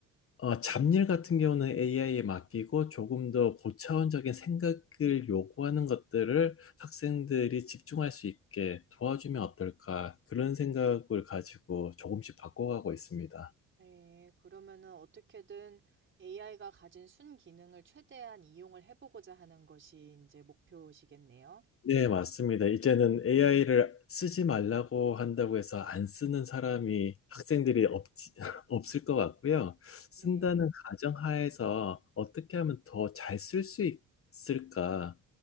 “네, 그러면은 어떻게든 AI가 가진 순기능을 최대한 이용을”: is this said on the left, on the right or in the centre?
Right